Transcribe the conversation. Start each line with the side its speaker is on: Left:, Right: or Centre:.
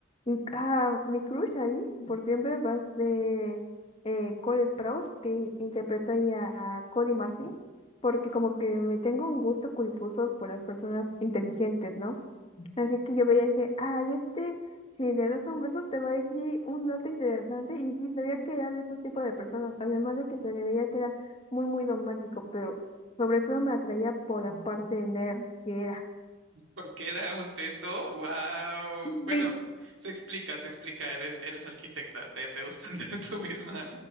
Left: Y ah, mi crush ahí, por siempre, va de eh, Cole Sprouse, que interpreta ahí a Cody Martin. Porque como que me tengo un gusto culposo por las personas inteligentes, ¿no? Así que yo veía y dije, ay, este, si le das un beso te va a decir un dato interesante. Y sí, sabía que era de esos tipos de personas. Además de que se le veía que era muy, muy dogmático, pero sobre todo me atraía por la parte nerd que era.
Right: Porque era un teto, wow.
Left: Sí.
Right: Bueno, se explica, se explica, eres, eres arquitecta, te, te gustan <laughs> tu misma,